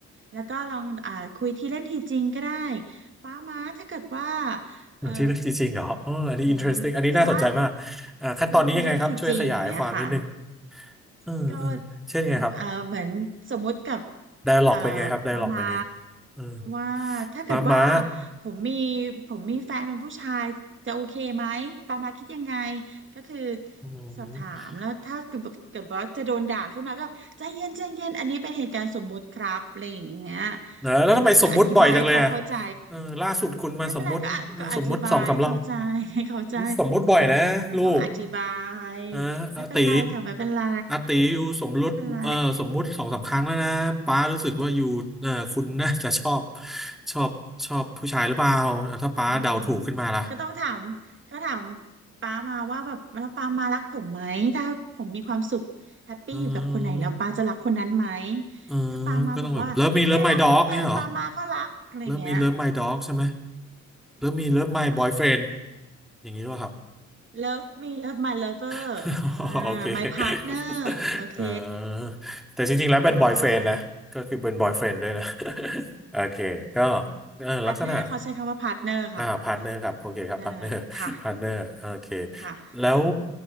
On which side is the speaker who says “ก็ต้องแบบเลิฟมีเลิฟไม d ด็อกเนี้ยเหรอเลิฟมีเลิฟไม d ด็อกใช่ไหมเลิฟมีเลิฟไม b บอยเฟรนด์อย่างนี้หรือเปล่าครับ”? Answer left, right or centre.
Centre